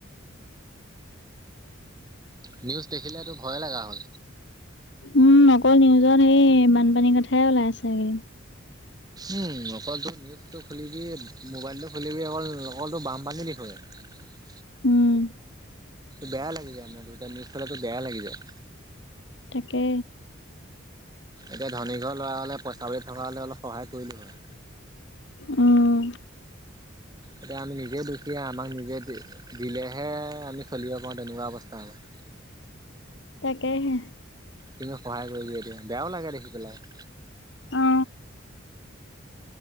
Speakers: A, on the right; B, on the left.
A: নিউজ দেখিলেতটো ভয় লগা হ'ল।
B: উম অকল নিউজৰ সেই বানপানীৰ কথাই ওলাই আছেগে।
A: উম অকল তোৰ নিউজটো খুলিবি, মোবাইলটো খুলিবি অকল অকলো বামপানী বিষয়ে। <inaudible>
B: উম।
A: বেয়া লাগি যায় <unintelligible> নিজ চালে তোৰ বেয়া লাগি যায়।
B: তাকে।
A: এতিয়া ধনী ঘৰ ল'ৰা হ'লে পইচা পতি থকা হ'লে অলপ সহায় কৰিলো হয়।
B: উম।
A: এতিয়া আমি নিজে দুখীয়া, আমাক নিজে দিলেহে আমি চলিব পাৰোঁ তেনেকুৱা অৱস্থা আমাৰ।
B: তাকেহে।
A: কিনো সহায় কৰি এতিয়া, বেয়াও লাগে দেখি পেলাই।
B: অ।